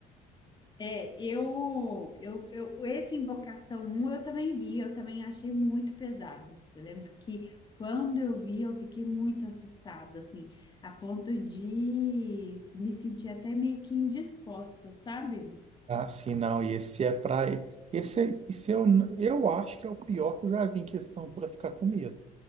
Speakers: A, on the left; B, on the right.
A: É, eu, eu, eu, esse Invocação 1 eu também vi, eu também achei muito pesado. Eu lembro que quando eu vi, eu fiquei muito assustada, assim, a ponto de me sentir até meio que indisposta, sabe?
B: Ah, sim, não. E esse é pra. Esse, é- esse eu, eu acho que é o pior que eu já vi em questão pra ficar com medo.